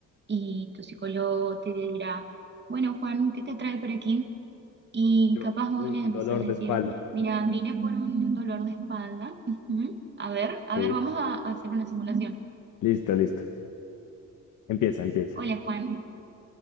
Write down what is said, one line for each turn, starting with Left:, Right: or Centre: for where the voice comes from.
Right: y tu psicólogo te dirá, bueno, Juan, ¿qué te trae por aquí? Y
Left: Yo,
Right: capaz vos
Left: Un
Right: les empezás
Left: dolor
Right: a
Left: de
Right: decir,
Left: espalda.
Right: mira, vine por un dolor de espalda. Ujú. A ver, a
Left: Ok,
Right: ver, vamos a a hacer una simulación.
Left: Listo, listo. Empieza, empieza.
Right: Hola Juan,